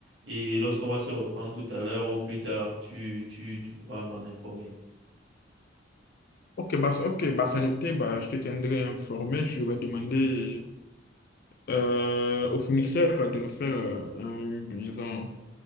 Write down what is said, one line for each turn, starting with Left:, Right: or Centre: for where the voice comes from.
Right: et lorsqu'on va se reprendre tout à l'heure ou plus tard, tu tu tu pourras m'en informer.
Left: Ok, bah, c'est- ok, bah, c'est noté, bah, je te tiendrai informé. Je vais demander euh, au fournisseur euh, de nous faire euh, un- disons,